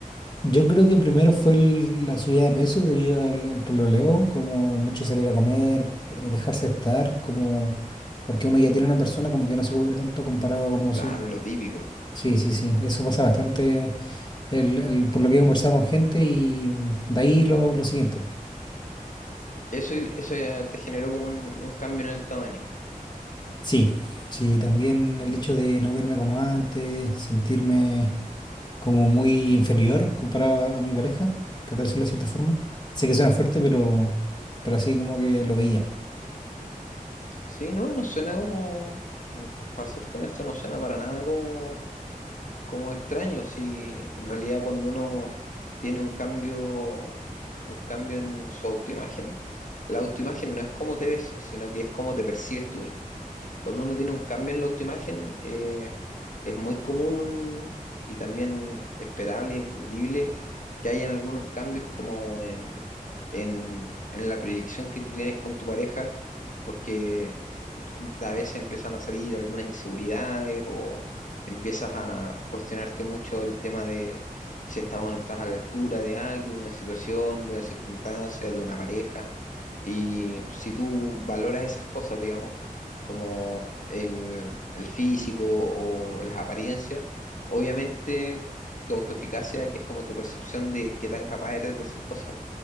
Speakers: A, on the left; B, on the left.
A: Yo creo que primero fue el- la subida de peso debido al, al pololeo, como mucho salir a comer, eh, dejarse estar, como porque uno ya tiene una persona como que no
B: Ah,
A: se cuida tanto comparado a como
B: claro,
A: si
B: lo típico.
A: Sí, sí, sí, eso pasa bastante el, el- por lo que he conversado con gente y de ahí lo, lo siguiente.
B: Eso, eso ya te generó como un un cambio en el estado de ánimo.
A: Sí, sí, también el hecho de no verme como antes, sentirme... como muy inferior comparado a a mi pareja, por decirlo de cierta forma. Sé que suena fuerte, pero, pero así como que lo veía.
B: Sí, no, no suena como, para serte honesto, no suena para nada como, como extraño. Si en realidad cuando uno tiene un cambio, un cambio en su autoimagen, la autoimagen no es cómo te ves, sino que es cómo te percibes tú mismo. Cuando uno tiene un cambio en la autoimagen, eh, es muy común y también esperable y entendible que hayan algunos cambios como en, en, en la proyección que tú tienes con tu pareja, porque a veces empiezan a salir algunas inseguridades o empiezas a cuestionarte mucho el tema de si estás o no estás a la altura de algo, de una situación, de una circunstancia, de una pareja. Y si tú valoras esas cosas, digamos, como el, el físico o las apariencias. Obviamente, tu autoeficacia, que es como tu percepción de qué tan capaz eres de hacer cosas,